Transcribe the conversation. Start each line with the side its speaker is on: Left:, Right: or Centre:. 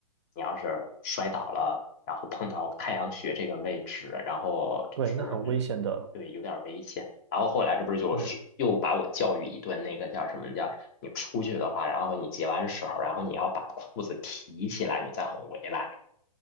Left: 你要是摔倒了，然后碰到太阳穴这个位置，然后就是
Right: 对，那很危险的，
Left: 对有点危险。然后后来这不是就是又把我教育一顿，
Right: 是
Left: 那个叫什么叫？你出去的话，然后你解完手，然后你要把裤子提起来，你再回来。